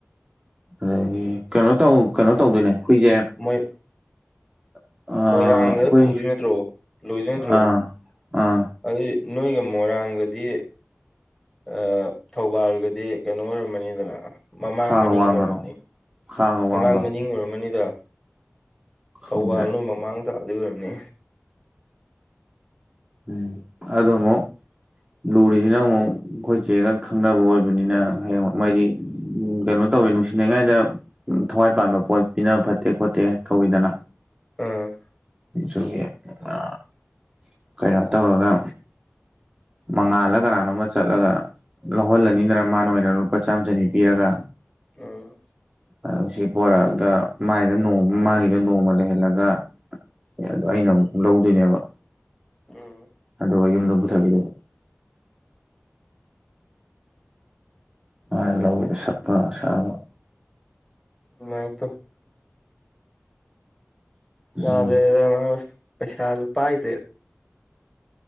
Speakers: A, on the right; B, in the centre.
A: ꯑꯗꯒꯤ ꯀꯩꯅꯣ ꯇꯧ ꯀꯩꯅꯣ ꯇꯧꯗꯣꯏꯅꯦ ꯍꯨꯏꯁꯦ
B: ꯃꯣꯏ
A: ꯑꯩꯈꯣꯏ
B: ꯃꯣꯏꯔꯥꯡꯗ ꯄꯨꯗꯣꯏ ꯅꯠꯇ꯭ꯔꯣ ꯂꯣꯏꯗꯣꯏ ꯅꯠꯇ꯭ꯔꯣ
A: ꯑꯥ ꯑꯥ
B: ꯑꯗꯨꯏ ꯅꯣꯏꯒ ꯃꯣꯏꯔꯥꯡꯒꯗꯤ ꯑꯥ ꯊꯧꯕꯥꯜꯒꯗꯤ ꯀꯩꯅꯣ ꯑꯣꯏꯔꯝꯃꯅꯤꯗꯅ ꯃꯃꯥꯡ
A: ꯈꯥꯒ
B: ꯃꯅꯤꯡ
A: ꯋꯥꯡꯒꯔꯣ
B: ꯑꯣꯏꯔꯝꯃꯅꯤ
A: ꯈꯥꯒ
B: ꯃꯃꯥꯡ
A: ꯋꯥꯡꯒ
B: ꯃꯅꯤꯡ ꯑꯣꯏꯔꯝꯃꯅꯤꯗ
A: ꯈꯪꯗꯦ
B: ꯊꯧꯕꯥꯜ ꯅꯣꯏ ꯃꯃꯥꯡ ꯇꯥꯗ‌ꯣꯏ ꯑꯣꯏꯔꯝꯅꯤ
A: ꯎꯝ ꯑꯗꯨꯃꯨꯛ ꯂꯨꯔꯤꯁꯤꯅ ꯑꯃꯨꯛ ꯑꯩꯈꯣꯏ ꯆꯦꯛꯒ ꯈꯪꯅꯕ ꯑꯣꯏꯕꯅꯤꯅ ꯍꯌꯦꯡ ꯃꯣꯏꯗꯤ ꯎꯝ ꯀꯩꯅꯣ ꯇꯧꯋꯦ ꯅꯨꯡꯁꯤꯅꯤꯉꯥꯏꯗ ꯊꯋꯥꯏ ꯄꯥꯟꯕ ꯄꯣꯠ ꯄꯤꯅꯕ ꯐꯠꯇꯦ ꯈꯣꯠꯇꯦ ꯇꯧꯋꯤꯗꯅ
B: ꯎꯝ
A: <unintelligible> ꯀꯩꯅꯣ ꯇꯧꯔꯒ ꯃꯉꯥꯜꯂ ꯀꯅꯥꯅꯣꯝꯃ ꯆꯠꯂꯒ ꯂꯧꯍꯜꯂꯅꯤꯗꯅ ꯃꯥꯅ ꯑꯣꯏꯅ ꯂꯨꯄꯥ ꯆꯥꯝꯃ ꯆꯅꯤ ꯄꯤꯔꯒ
B: ꯑꯣ
A: ꯑꯗꯣ ꯁꯤ ꯄꯣꯔꯛꯑꯒ ꯃꯥꯏꯗ ꯅꯣꯡꯃ ꯃꯥꯒꯤꯗ ꯅꯣꯡꯃ ꯂꯩꯍꯜꯂꯒ ꯑꯦ ꯑꯗꯨ ꯑꯩꯅ ꯑꯃꯨꯛ ꯂꯧꯗꯣꯏꯅꯦꯕ
B: ꯎꯝ
A: <unintelligible> ꯌꯨꯝꯗ ꯄꯨꯊꯈꯤꯗꯨꯏ ꯃꯥ ꯂꯧꯋ‌ꯦ ꯁꯛꯇꯥ ꯑꯁꯥꯡꯕ
B: ꯃꯥꯏꯇꯣ
A: ꯎꯝ
B: ꯌꯥꯗ꯭ꯔꯦ <unintelligible> ꯄꯩꯁꯥꯁꯨ ꯄꯥꯏꯗꯦ